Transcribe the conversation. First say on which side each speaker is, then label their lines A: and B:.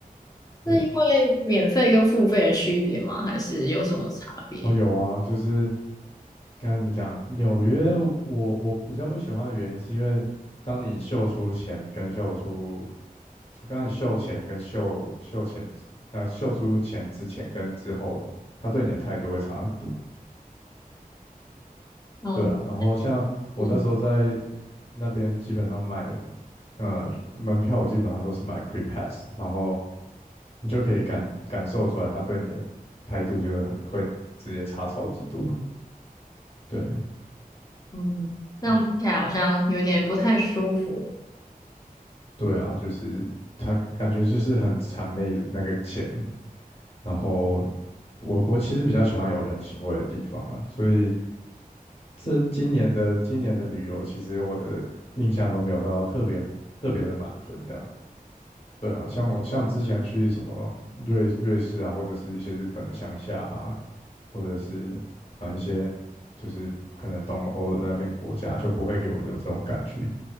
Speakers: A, on the left; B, on the left.
A: 是因为免费跟付费的区别吗？
B: 对，
A: 还是有什么差别？
B: 哦有啊，就是该怎么讲，纽约我我比较不喜欢的原因是因为当你秀出钱跟秀出就刚你秀前跟秀秀前，呃，秀出前之前跟之后，他对你的态度会差很多。
A: 嗯，
B: 对啊，然后像我那时候在
A: 是，
B: 那边，基本上买呃门票，我基本上都是买 Cree Pass，然后你就可以感感受出来他对你的态度就是很会直接差超级多。对，
A: 嗯，这样听起来好像有点不太舒服。
B: 嗯，对啊，就是他感觉就是很谄媚那个钱，然后我我其实比较喜欢有人情味的地方啦，所以。这今年的今年的旅游，其实我的印象都没有到特别特别的满分这样。对啊，像我像之前去什么瑞瑞士啊，或者是一些日本的乡下啊，或者是啊、呃一些就是可能东欧的那边国家，就不会给我有这种感觉。